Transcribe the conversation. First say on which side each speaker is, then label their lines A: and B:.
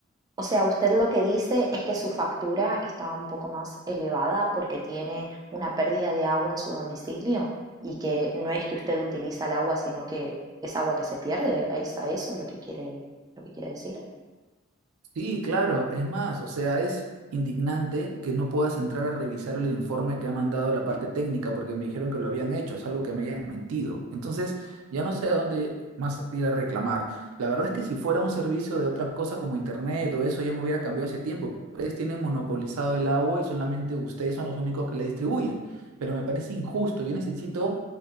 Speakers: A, on the right (about 15°); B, on the right (about 85°).
A: O sea, usted lo que dice es que su factura está un poco más elevada porque tiene una pérdida de agua en su domicilio y que no es que usted utiliza el agua, sino que es agua que se pierde. ¿Es a eso lo que quiere, lo que quiere decir?
B: Sí, claro, es más, o sea, es indignante que no puedas entrar a revisar el informe que ha mandado la parte técnica porque me dijeron que lo habían hecho, es algo que me hayan mentido. Entonces, ya no sé a dónde más ir a reclamar. La verdad es que si fuera un servicio de otra cosa como internet o eso, ya me hubiera cambiado hace tiempo. Ustedes tienen monopolizado el agua y solamente ustedes son los únicos que la distribuyen. Pero me parece injusto, yo necesito